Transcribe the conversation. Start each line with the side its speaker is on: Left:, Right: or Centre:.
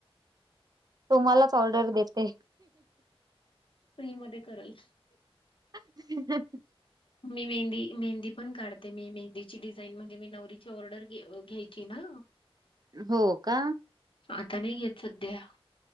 Right: तुम्हालाच ऑर्डर देते
Left: फ्री मध्ये करल
Right: <inaudible>
Left: मी मेहंदी मेहंदी पण काढते मी मेहंदीची डिझाईन म्हणजे मी नवरी ची ऑर्डर घ्यायची ना
Right: हो का
Left: आता नाही घेत संध्या